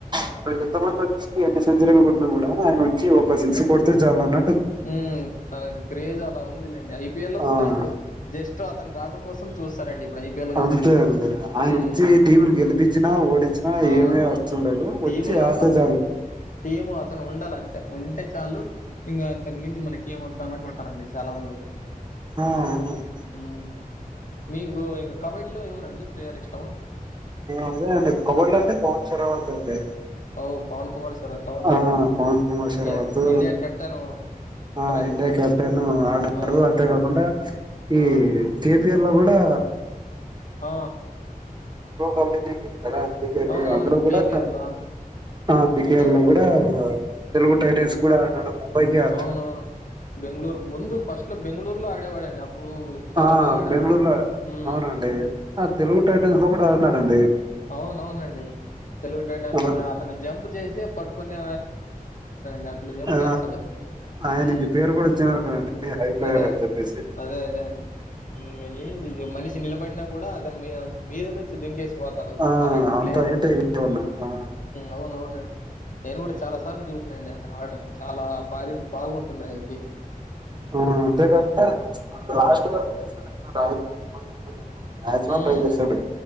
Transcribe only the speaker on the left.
ఉ తనకు క్రేజ్ అలా ఉందిలేండి ఐపిఎల్ లో కూడా
ఇప్పుడు జస్ట్ అతని రాక కోసం చూస్తారండి ఇప్పుడు ఐపీఎల్ గాని.
హ్మ్
ఆ
టీములో
అతను
టీము అతను ఉండాల అంటే ఉంటే చాలు ఇంకా అంత మించంచి మనకి ఏం వద్దా అన్నట్టు ఉంటారంండి చాలా మంది
మ్ మీకు ఇంకా కబడ్డీలో ఎవరండి ప్లేయర్ ఇష్టం
ఓ పవన్ కుమార్ సార్ తలేండి
India
India captain
కదండి
ఆ
ఆ
ఆ
అవునవును
పీకేఎల్
బె
అవునవును బెంగళూరు ముందు ఫస్ట్ లో బెంగళూరు లో ఆడేవాడండి అప్పుడు చాలా
బాగా ఆడేవాడు
మ్మ్
అవున అవునండి తెలుగు టైటమ్స్
అతను జంప్ చేసి పట్టుకునే దాంట్లో ఎం
చేస్తడు
హ
అదే
అదే అదే ఇ ఏం మనిషి నిలబడిన కూడా అద మీ మీరుచ్చ దంకే పోతాడు
అలాంటి ప్లేయరు
అవున అవును నేను కూడా చాలా సార్లు చూసా అండి అతను ఆటను చాలా భారీ బాగుంటుంది అయకి
హ్మ్